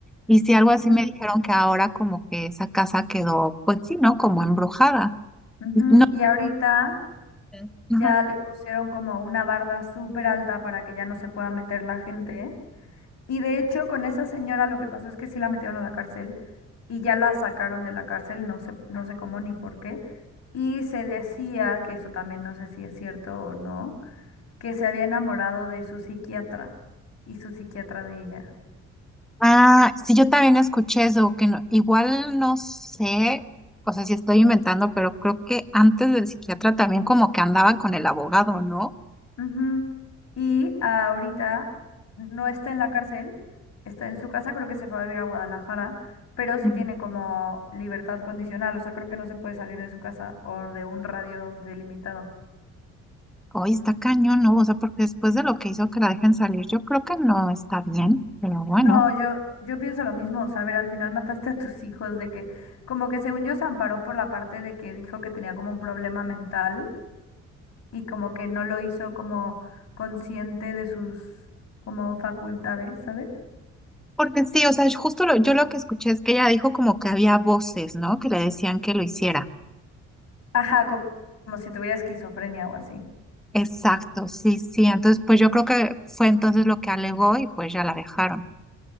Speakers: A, in the centre; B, on the left.
A: Y sí, algo
B: Ujú,
A: así me dijeron que ahora como que esa casa quedó, pues sí, ¿no? Como embrujada.
B: ujú.
A: No,
B: Y ahorita
A: Sí.
B: ya
A: ajá,
B: le pusieron como una barda súper alta para que ya no se pueda meter la gente. Y de hecho con esa señora lo que pasó es que sí la metieron a la cárcel y ya la sacaron de la cárcel, no sé, no sé cómo ni por qué. Y se decía, que eso también no sé si es cierto o no, que se había enamorado de su psiquiatra y su psiquiatra de ella.
A: Ah, sí, yo también escuché eso, que no- igual no sé, o sea, si estoy inventando, pero creo que antes del psiquiatra también como que andaba con el abogado, ¿no?
B: Ujú. Y ahorita no está en la cárcel, está en su casa, creo que se fue a vivir a Guadalajara, pero sí
A: Ujú.
B: tiene como libertad condicional, o sea, creo que no se puede salir de su casa o de un radio delimitado.
A: Hoy está cañón, ¿no? O sea, porque después de lo que hizo que la dejen salir, yo creo que no está bien, pero bueno.
B: No, yo, yo pienso lo mismo, o sea, a ver, al final mataste a tus hijos, de que, como que según yo se amparó por la parte de que dijo que tenía como un problema mental y como que no lo hizo como consciente de sus como facultades, ¿sabes?
A: Porque sí, o sea, yo- justo lo- yo lo que escuché es que ella dijo como que había voces, ¿no? Que le decían que lo hiciera.
B: Ajá, co- como, si tuviera esquizofrenia o así.
A: Exacto, sí, sí. Entonces, pues yo creo que fue entonces lo que alegó y pues ya la dejaron.